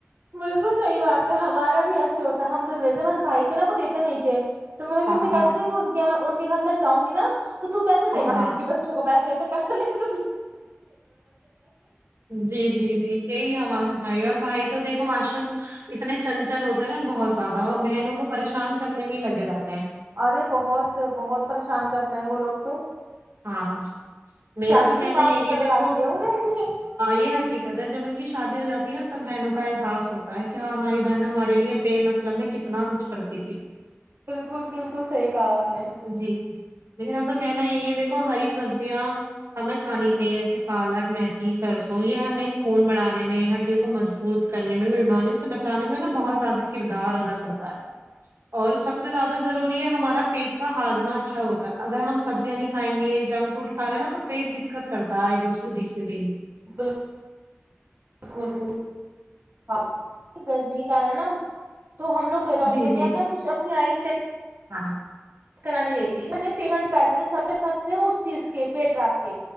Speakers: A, on the right (about 55°); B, on the right (about 80°).
A: بالکل صحی بات ہے ہمارا بھی ایسے ہوتا ہے ہم تو دیتے ہمے بھائی تھے نا وہ دیتے نہیں تھے تو ممیی
B: ہاں
A: مھ سے
B: ہاں
A: کہتےے فون کیا ان کے گھر میں چاہؤں گی نا تو پیسے
B: ہاں
A: دیگا
B: ہاں
A: پھر انن بچوں کو پسے <unintelligible>
B: جی جی جی یہی ہمارے بھائی اور بھائی تو دیکھو معشروم اتنے چنچل ہوتے ہیں نا بہت زیادہ اور بہنوں کو پریشان کرنے میں ہی لگے رہتے ہیں
A: ارے بہت بہت پریشان کرتے ہیں وہ لوگ تو
B: ہاں میرا
A: شادی
B: تو
A: کے
B: کہنا
A: بعد
B: یہ
A: قدر
B: یہ دیکھو
A: آتی ہے انہیں
B: یہ حقیقت ہے جب ان کی شادی ہو جاتی نا تب بہنوں کا احس ہوتا ہوتا ہے کہ ہاں ہماری بہن ہمارے م مطلب میں کتنا کچھ کرتی تھی
A: بالکل بالکل صحیح کہا آپ نے
B: جی جی میرا تو کہنا ہی ہے یہ دیکھ کو ہری سبزیاں ہمیں کھانی چاہیے جیسے پالک میتھی سرسو یہ ہمیں خون بڑانے میں ہڈی وہ مجبوط کرنے میں ماری بچانے میں نا بہت زیادہ کردار ادا کرتا ہے اور سب سے زیادہ ضروری ہے ہمارا پیٹ کا ہاجمہ اچھا ہوتا ہے اگر ہم سبزی یعنی کھائیں گے جنک فوڈ کھا رہے نا تو پیٹ دقت کرتا ہے دوسرے تیسرے دن
A: بالل بالکل بالکل ہاں گرمی کرنا تو ہم لو ڈاکٹر
B: جی
A: کیا
B: جی
A: میں کچھ اپنی آئی <inaudible>
B: ہاں
A: کرانی گئی تھی پیشنٹ بیٹھے تھے سب سب تھے چیز کے پیٹ راب کے